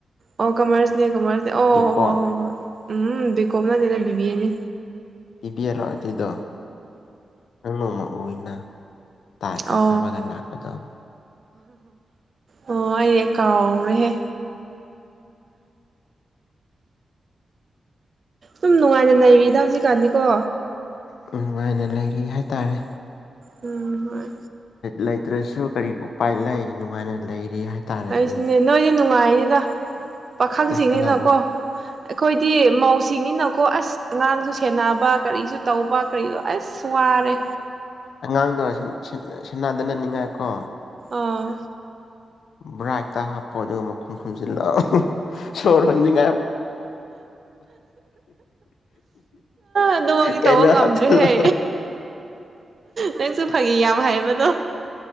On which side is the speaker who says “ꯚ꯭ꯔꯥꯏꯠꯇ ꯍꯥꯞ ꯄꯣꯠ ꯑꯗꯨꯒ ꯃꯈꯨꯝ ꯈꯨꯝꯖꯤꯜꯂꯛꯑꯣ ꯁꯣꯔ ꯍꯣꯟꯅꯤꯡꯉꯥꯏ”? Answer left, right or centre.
Left